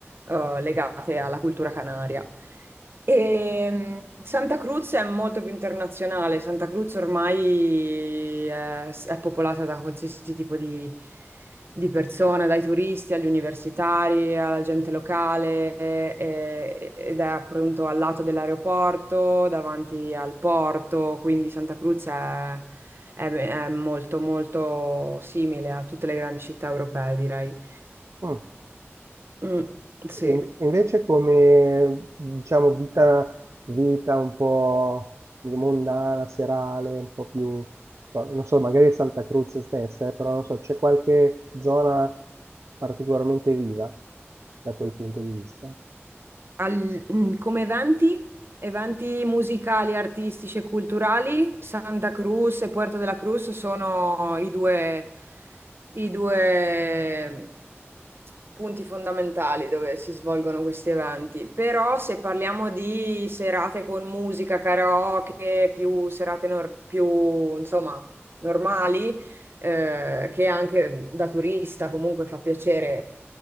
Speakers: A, on the right; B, on the right.
A: eh, legate alla cultura canaria. E mh, Santa Cruz è molto più internazionale. Santa Cruz ormai è, è popolata da qualsiasi tipo di, di persona, dai turisti agli universitari, alla gente locale, e- ed è appunto al lato dell'aeroporto, davanti al porto. Quindi Santa Cruz è, è è molto, molto simile a tutte le grandi città europee, direi.
B: Mm.
A: Mm, sì.
B: E inve- invece come, diciamo, vita, vita un po' mondana, serale, un po' più, so- non so, magari Santa Cruz stessa, eh, però non so, c'è qualche zona particolarmente viva da quel punto di vista?
A: Al- mm, come eventi, eventi musicali, artistici e culturali, Santa Cruz e Puerto de la Cruz sono i due, i due punti fondamentali dove si svolgono questi eventi, però se parliamo di serate con musica, karaoke, più serate nor- più, insomma, normali, eh, che anche da turista comunque fa piacere